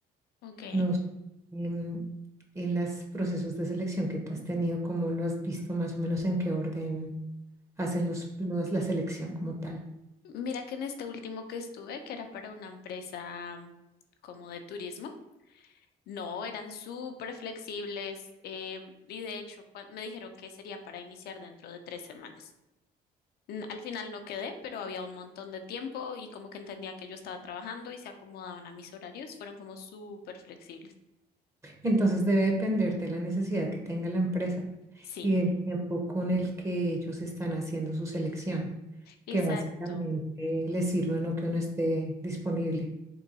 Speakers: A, on the left; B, on the right.
A: Ok,
B: No sé, em, en los procesos de selección que tú has tenido, ¿cómo lo has visto más o menos en qué orden hacen los, los- la selección como tal?
A: Mira que en este último que estuve, que era para una empresa mm, como de turismo, no, eran súper flexibles em, y de hecho cua- me dijeron que sería para iniciar dentro de tres semanas. N- Al final no quedé, pero había un montón de tiempo y como que entendían que yo estaba trabajando y se acomodaban a mis horarios, fueron como súper flexibles.
B: Entonces debe depender de la necesidad que tenga la empresa
A: Sí,
B: y del tiempo con el que ellos están haciendo su selección,
A: exacto.
B: que básicamente les sirve o no que uno esté disponible.